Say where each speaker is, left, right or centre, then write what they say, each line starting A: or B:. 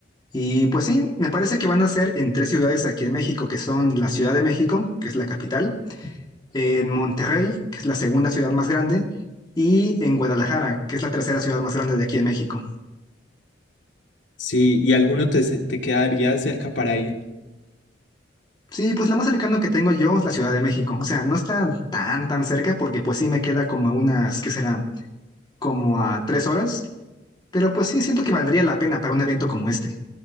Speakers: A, on the left; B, on the left.
A: Y pues sí, me parece que van a ser en tres ciudades aquí en México, que son la Ciudad de México, que es la capital, en Monterrey, que es la segunda ciudad más grande, y en Guadalajara, que es la tercera ciudad más grande de aquí en México.
B: Sí, y alguno te, se- te quedaría cerca para ir.
A: Sí, pues lo más cercano que tengo yo es la Ciudad de México. O sea, no está tan, tan cerca porque pues sí me queda como a unas, ¿qué será? Como a tres horas. Pero pues sí, siento que valdría la pena para un evento como este.